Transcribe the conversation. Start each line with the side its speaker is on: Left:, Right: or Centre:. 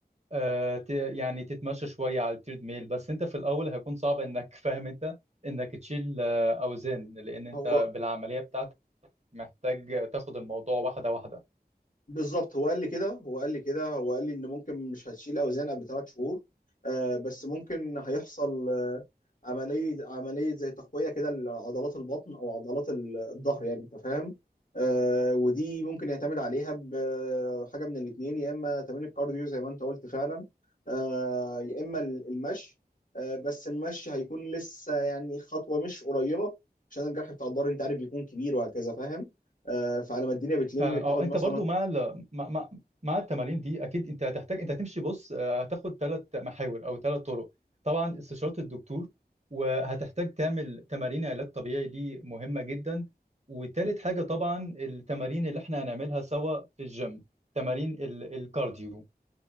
Right: آه ت... يعني تتمشى شويه على التريد ميل بس انت في الاول هيكون صعب انك <laughs> فاهم انت انك تشيل آه، اوزان لان انت
Left: هو
Right: بالعمليه بتاعتك محتاج تاخد الموضوع واحده واحده
Left: بالظبط هو قال لي كده هو قال لي كده هو قال لي ان ممكن مش هتشيل اوزان قبل ثلاث شهور آه بس ممكن هيحصل آه عمليه عمليه زي تقويه كده لعضلات البطن او عضلات ال- الظهر يعني انت فاهم آه ودي ممكن يعتمد عليها بحاجه من الاثنين يا اما تمرين الكارديو زي ما انت قلت فعلا آه يا اما ال- المشي آه بس المشي هيكون لسه يعني خطوه مش قريبه عشان الجرح بتاع الظهر انت عارف بيكون كبير وهكذا فاهم آه، فعلى ما الدنيا بتلم
Right: فعلا
Left: بتاخد
Right: اه انت
Left: مثلا
Right: برضو مع ال... مع مع مع التمارين دي اكيد انت هتحتاج انت هتمشي بص آه، هتاخد ثلاث محاور او ثلاث طرق طبعا استشارة الدكتور وهتحتاج تعمل تمارين علاج طبيعي دي مهمة جدا وتالت حاجة طبعا التمارين اللي احنا هنعملها سوا في الجيم تمارين ال... الكارديو